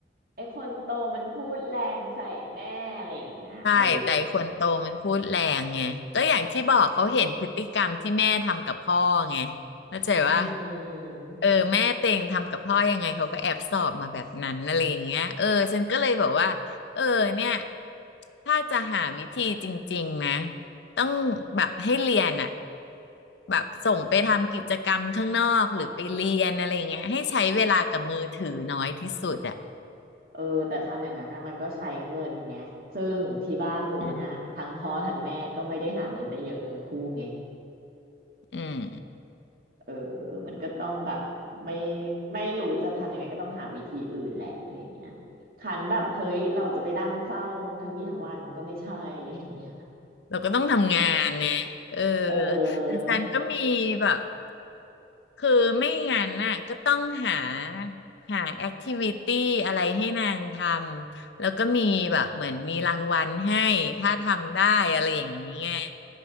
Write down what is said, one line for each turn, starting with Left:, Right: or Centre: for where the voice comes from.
Right: ไอ้คนโตมันพูดแรงใส่แม่อะไรอย่างเงี้ยเออ
Left: ใช่แต่ไอ้คนโตมันพูดแรงไงก็อย่างที่บอกเขาเห็นพฤติกรรมที่แม่ทำกับพ่อไงเข้าใจว่า
Right: อืม
Left: เออแม่เต็งทำกับพ่อยังไงเขาก็แอบสอบมาแบบนั้นอะไรอย่างเงี้ยเออฉันก็เลยบอกว่าเออเนี่ยถ้าจะหาวิธีจริงๆนะต้องแบบให้เรียนอ่ะ แบบส่งไปทำกิจกรรมข้างนอกหรือไปเรียนอะไรอย่างเงี้ยให้ใช้เวลากับมือถือน้อยที่สุดอ่ะ
Right: เออแต่ทำอย่างนั้นนะมันก็ใช้เงินไงซึ่งที่บ้านหนูน่ะทั้งพ่อทั้งแม่ก็ไม่ได้หาเงินได้เยอะทั้งคู่ไง
Left: อืมอืม
Right: เออมันก็ต้องแบบไม่ไม่รู้จะทำยังไงก็ต้องหาวิธีอื่นแหละอะไรอย่างเงี้ยขันแบบเฮ้ยเราจะไปนั่งเฝ้าทั้งวี่ทั้งวันก็ไม่ใช่อะไรอย่างเงี้ย
Left: เราก็ต้องทำงานนะเออ
Right: เอ
Left: แต่แฟนก็มีแบบ
Right: อ
Left: คือไม่งั้นน่ะก็ต้องหาหาแอคทิวิตี้อะไรให้นางทำแล้วก็มีแบบเหมือนมีรางวัลให้ถ้าทำได้อะไรอย่างนี้ไง